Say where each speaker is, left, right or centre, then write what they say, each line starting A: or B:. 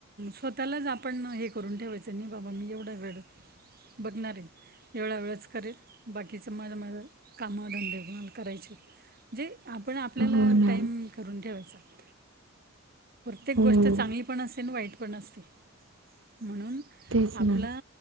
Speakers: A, on the right; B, on the right.
A: स्वतःलाच आपण हे करून ठेवायचं नाही बाबा मी एवढा वेळ <unintelligible> बघणारे एवढा वेळच करेल <unintelligible> बाकीच मज मज काम धे कोणाल <unintelligible> करायचे जे आपण आपल्याला
B: हो ना
A: टाईम करून ठेवायचा <unintelligible> प्रत्येक
B: हो
A: गोष्ट चांगली पण असते आणि वाईट पण असते म्हणून
B: तेच
A: आपला
B: ना